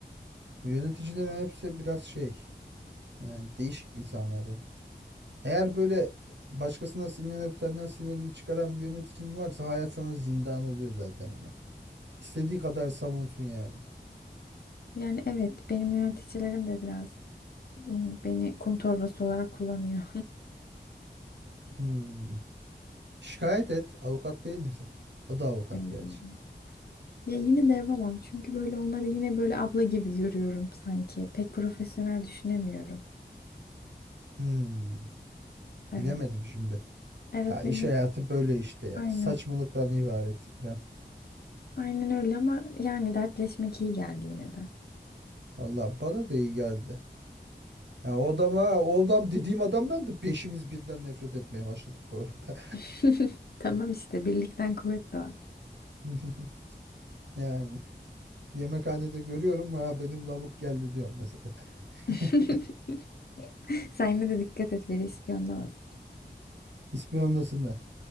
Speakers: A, on the right; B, on the left.
A: Yöneticilerin hepsi biraz şey yani değişik insanları. Eğer böyle başkasına sinirlenip senden sinirini çıkaran bir yöneticin varsa hayat sana zindan oluyor zaten ya. İstediği kadar savunsun yani.
B: Yani evet benim yöneticilerim de biraz ım, beni kum torbası olarak kullanıyor.
A: Hmm. Şikayet et. Avukat değil misin? O da avukat
B: <laughs> Ay.
A: gerçi.
B: Ya yine de yapamam çünkü böyle onları yine böyle abla gibi görüyorum sanki. Pek profesyonel düşünemiyorum.
A: Hmm,
B: Evet.
A: bilemedim şimdi.
B: Evet
A: Ya iş
B: benim
A: hayatı böyle işte ya.
B: aynen.
A: Saçmalıktan ibaret İrem.
B: Aynen öyle ama yani dertleşmek iyi geldi yine de.
A: Valla bana da iyi geldi. Ya o adama, o adam dediğim adamdan da beşimiz birden nefret etmeye başladık bu arada.
B: <laughs> Tamam işte birlikten kuvvet doğar.
A: <laughs> Yani yemekhanede görüyorum ha benim lavuk geldi diyorum mesela. <laughs>
B: <laughs> Sen yine de dikkat et biri ispiyonlamasın.
A: İspiyonlasınlar.